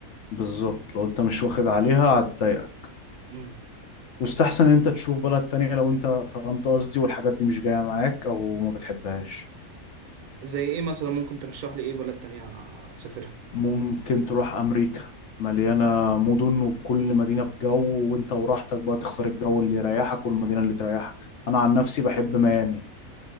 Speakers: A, on the left; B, on the right.
A: بالظبط لو انت مش واخد عليها هتضايقك
B: مم.
A: يستحسن ان انت تشوف بلد تانية لو انت فهمت قصدي والحاجات دي مش جاية معاك او ما بتحبهاش
B: زي ايه مثلا ممكن ترشح لي ايه بلد تانية اسافرها
A: ممكن تروح امريكا مليانة مدن وكل مدينة بجو وانت وراحتك بقى تختار الجو اللي يريحك والمدينة اللي تريحك انا عن نفسي بحب ميامي